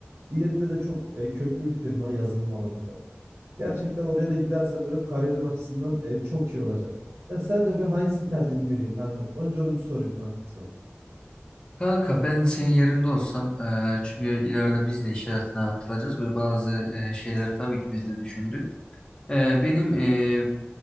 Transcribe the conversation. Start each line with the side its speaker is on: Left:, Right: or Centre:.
Right: Diğerinde de çok e, köklü bir firma yazılım alanında. Gerçekten oraya da gidersen böyle kariyerim açısından e, çok iyi olacak. Ben sence böyle hangisini tercih etmeliyim kankam? Önce onu bir sorayım kankam sana.
Left: Kanka ben senin yerinde olsam eee, çünkü ileride biz de iş hayatına atılacağız ve bazı eee, şeyler tabii ki biz de düşündük. Eee, benim e,